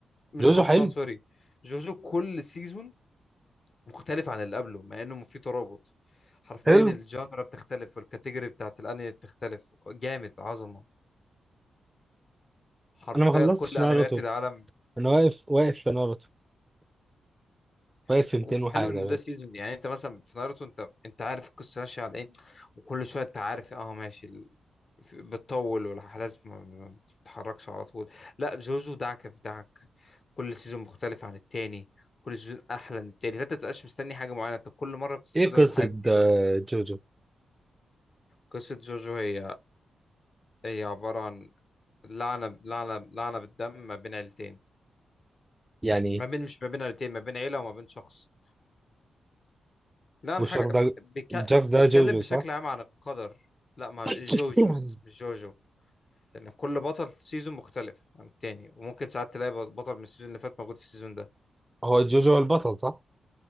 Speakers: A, on the left (about 50°); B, on the right (about 20°).
A: مش
B: جوجو
A: خلصان
B: حلو
A: سوري جوجو كل سيزون مختلف عن اللي قبله مع انه في ترابط حرفيا
B: حلو
A: الجانرا بتختلف والكاتيجوري بتاعت الانمي بتختلف جامد عظمة حرفيا
B: انا ما خلصتش
A: كل انميات
B: ناروتو
A: العالم
B: انا واقف واقف في ناروتو واقف
A: والحلو
B: في 200 وحاجه
A: ان
B: بقى.
A: ده سيزون يعني انت مثلا في ناruto انت انت عارف القصه ماشيه على ايه وكل شويه انت عارف اه ماشي في- بتطول والاحداث ما ما بتتحركش على طول لا جوجو دعكه في دعك كل سيزون مختلف عن التاني كل سيزون احلى من التاني فانت متبقاش مستني حاجه معينه انت كل مره بتتصدم
B: ايه قصه
A: بحاجه جديده
B: آه، جوجو
A: قصه جوجو هي هي عباره عن لعنه لعنه لعنه بالدم ما بين عيلتين
B: يعني
A: ما بين مش ما بين عيلتين ما بين عيله وما بين شخص لا عن
B: والشخص
A: حاجه
B: ده
A: بيك-
B: الشخص ده
A: بيتكلم
B: جوجو
A: بشكل
B: صح
A: عام عن القدر لا ما
B: <coughs>
A: جوجوز مش
B: <laughs>
A: جوجو لان كل بطل سيزون مختلف عن التاني وممكن ساعات تلاقي بطل من السيزون اللي فات موجود في السيزون ده
B: هو جوجو هو البطل صح